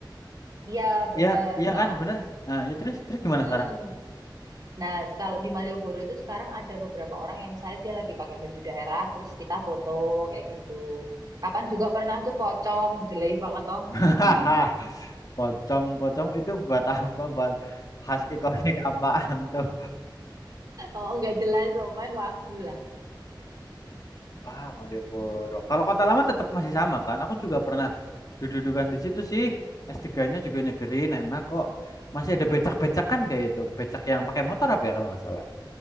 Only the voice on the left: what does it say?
Iya, iya
kan, bener. Nah, ya terus terus
gimana sekarang?
<laughs>
Hmm. Pocong, pocong <laughs> itu buat apa? Buat khas ikonik apaan tuh?
Wah, Malioboro. Kalau Kota Lama tetap masih sama kan? Aku juga pernah dudukan di situ sih. S3-nya juga nyegerin, enak kok. Masih ada becak-becak kan kayak itu. Becak yang pakai motor apa ya kalau nggak salah?